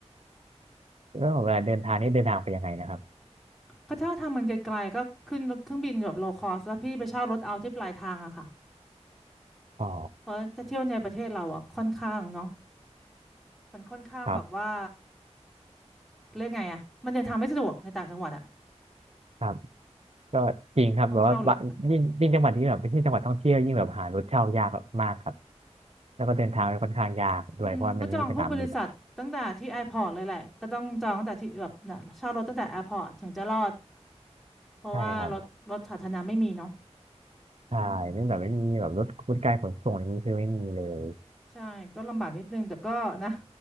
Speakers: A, on the right; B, in the centre.
A: แล้วเวลาเดินทางนี่เดินทางไปยังไงนะครับ
B: ก็ถ้าทางมันไกลๆก็ขึ้นเครื่องบินแบบโลคอสแล้วพี่ไปเช่ารถเอาที่ปลายทางอะค่ะ
A: อ๋อ
B: เพราะจะเที่ยวในประเทศเราอะค่อนข้างเนาะมันค่อนข้างแบบว่า
A: ครับ
B: เรียกไงอะมันเดินทางไม่สะดวกในต่างจังหวัดอะ
A: ครับก็จริงครับแบบว่าบะยิ่งยิ่งจังหวัดที่แบบเป็นที่จังหวัดท่องเที่ยวยิ่งแบบหารถเช่ายากมากครับ
B: ต้องเช่ารถ
A: แล้วก็เดินทางค่อนข้างยากด้วยเพราะว่ามันไม่มีสนามบิน
B: อืมก็จองพวกบริษัทตั้งแต่ที่แอร์พอร์ตเลยแหละก็ต้องจองตั้งแต่ที่แบบน่ะเช่ารถตั้งแต่แอร์พอร์ตถึงจะรอดเพราะว่ารถรถสาธารณะไม่มีเนาะ
A: ใช่ครับ ใช่ไม่แบบไม่มีแบบรถบริการขนส่งอย่างนี้คือไม่มีเลย
B: อืมใช่ก็ลำบากนิดนึงแต่ก็นะ